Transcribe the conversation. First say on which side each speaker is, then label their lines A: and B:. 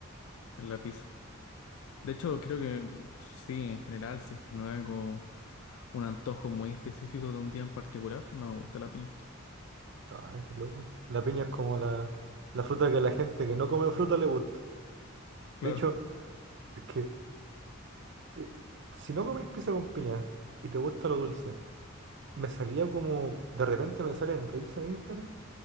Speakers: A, on the left (about 75°); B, on the right (about 55°).
A: en la pizza. De hecho, creo que mm, sí, en general, si es que no es algo, un antojo muy específico de un día en particular, no me gusta la piña.
B: Ay, qué loco. La piña es como la, la fruta que a la gente que no come fruta le gusta.
A: Claro.
B: De hecho, es que eh, si no comís pizza con piña y te gusta lo dulce, me salía como, de repente me salen reels en Instagram